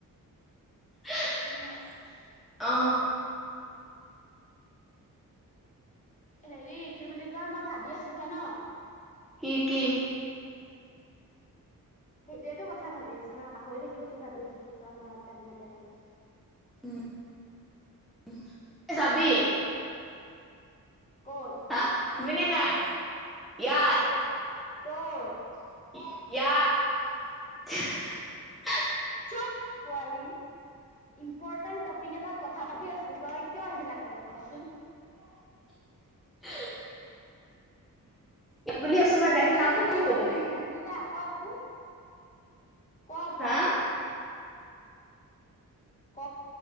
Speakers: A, in the centre; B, on the left.
A: <inaudible>
B: হেৰি কি বুলি কয় মই ভাবি আছো জান।
A: কি কি?
B: সেইটোৱেতো কথা ভাবি আছো ন পাহৰি থাকিলো কি ভাবি আছো তই মনত নেপেলালি।
A: উম। <unintelligible> যাবি?
B: ক'ত
A: হা মানে নাই? ইয়াত
B: ক ক'ত?
A: <inaudible>
B: চোপ পোৱালি ইম্পৰ্টেন্ট টপিক এটাত কথা পাতি আছো তই কিয় সেইবিলাক কৈ আছ কচোন
A: <inaudible> ইয়াত বুলি আছো মই জেগাটোৰ
B: হেৰি
A: নামটো
B: বাকী
A: কমটো
B: মই
A: তোক।
B: বিজনেচটো যে আকৌ আহো ক আকৌ
A: হা?
B: ক